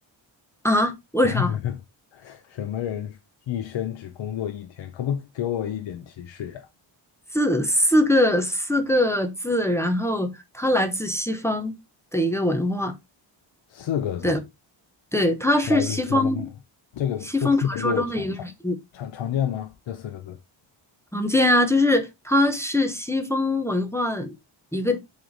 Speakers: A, in the centre; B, on the left.
A: 啊？为啥？
B: <laughs> 什么人一生只工作一天？可不可以给我一点提示呀？
A: 四四个四个字，然后它来自西方的一个文化，
B: 四个字，
A: 对对，他是西方
B: 来自西方的，这个这四个字常常常常见吗？
A: 西方传说中的一个人物，
B: 这四个字，
A: 常见啊，就是他是西方文化一个